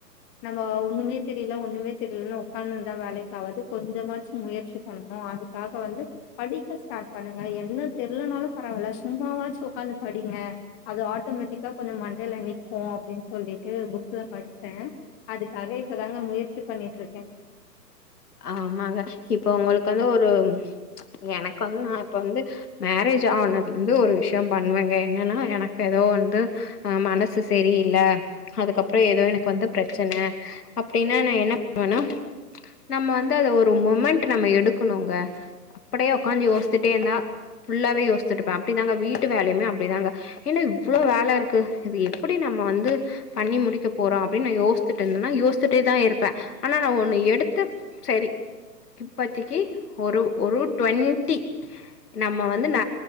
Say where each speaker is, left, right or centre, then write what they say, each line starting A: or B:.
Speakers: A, on the left (about 20°); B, on the left (about 65°).
A: நம்ம ஒண்ணுமே மே தெரியல ஒண்ணமே தெரியலனு உக்கான் த வேலைக்காவது கொஞ்சமாசு முயற்சி பண்ணு அது க்க வந்து படிக்க ஸ்டார்ட் பண்ணுங்க என்ன தெரியலனாலு பரவால சும்மாவாச்சி ஓக்காந்து ப அப்படிங்க அது ஆட்டோமேட்டிக்கா கொஞ்சோ மண்டையில நிக்கு அப்படனு சொல்லிட்டு புக்ல படிச்சே அதுக்காக இப்பதாங்க முயற்சி பண்ணட்டு இருக்கே
B: ஆமாங்க இப்ப உங்களுக்கு வந்து ஒரு எனக்கு வந்து நா இப்ப வந்து மேரேஜ் ஆனதிலிர்ந்து ஒரு விஷயோ பண்ணுவேங்க என்னன்னா எனக்கு ஏதோ வந்து ஆ மனசு செரியில்ல அதுக்கப்புற ஏதோ எனக்கு வந்து பிரச்சன அப்டின்னா நா என்ன பண்ணுவேன்னா நம்ம வந்து அத ஒரு மொமெண்ட் நம்ம எடுக்கணுங்க அப்படியே உக்காந்து யோசிச்சுட்டே இருந்தா ஃபுல்லாவே யோசிச்சிட்ருப்பே அப்டிதாங்க வீட்டு வேலையுமே அப்டிதாங்க என்ன இவ்ளோ வேல இருக்கு இது எப்பிடி நம்ம வந்து பண்ணி முடிக்க போறோ அப்டின்னு நா யோசிச்சிட்ருந்தன்னா யோசிச்சுட்டேதா இருப்பே ஆனா நா ஒண்ணு எடு த்து சரி இப்பத்தக்கி ஒரு ஒரு டுவெண்டி நம்ம வந்து ந